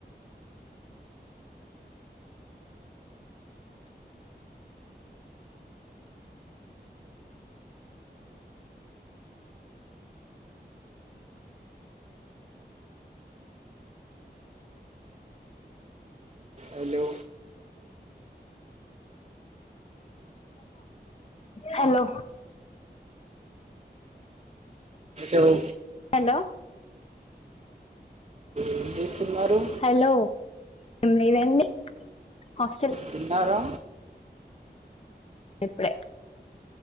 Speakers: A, on the right (about 40°); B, on the left (about 35°).
A: హలో
B: హలో
A: ఏదో
B: హలో
A: ఏం చేస్తున్నారు
B: హలో ఏం లేదండి హాస్టల్
A: తిన్నారా
B: ఇప్పుడే